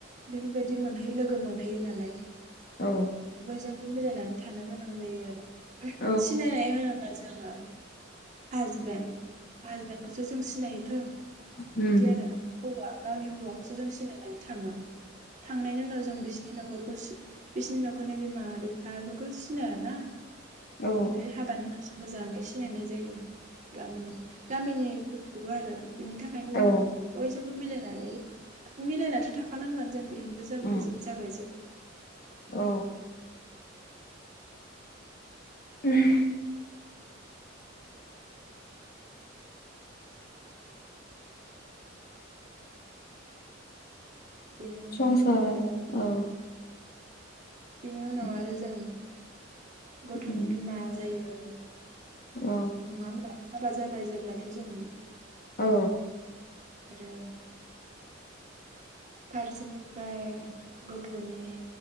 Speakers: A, on the right (about 40°); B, on the left (about 50°).
A: बेफोरबायदि मोनहैयो लोगो मोनहैयो नालाय।
B: औ।
A: बयजोंबो मिलायनानै थानो गोनां जायो आरो।
B: औ
A: सिनायनाय जोङो हासबेन्ड हासबेन्डखौसो जों सिनायोथ'
B: उम औ उम
A: बिदि आरो हौवा गावनि हौवाखौसो जों सिनायनानै थाङो थांनायनि उनाव जों बिसि बिनि न'खरखौ सि बिसिनि न'खरनि बिमा बिफा बेफोरखौ सिनाय ना
B: औ
A: ओमफाय हाबानि सो मोजाङै सिनायनाय जायो। गामिनि गामिनिफो खौबो आरो बिनि थाखायनो जोङो
B: औ
A: बयजोंबो मिलायनानै मिलायनाथ' थाखा नांगोन जों बिहामजो जाबलाय
B: उम
A: जाबाय जेनेबा
B: औ। उम।
A: बेनि उनाव
B: संसार
A: आरो
B: औ
A: बेनि उनाव
B: उम
A: आरो जों गथ'नि
B: उम
A: बिमा जायो औ।
B: औ
A: नङा होमबा हाबा जाबाय जेब्लाथ' जों
B: औ
A: आरो फारसेनिफ्राय गथ'नि